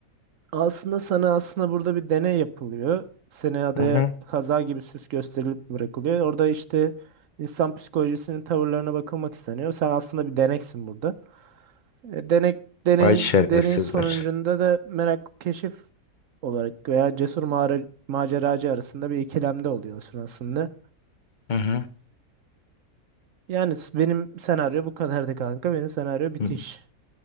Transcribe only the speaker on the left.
Hı hı.
Vay şerefsizler.
Hı hı.
Hı.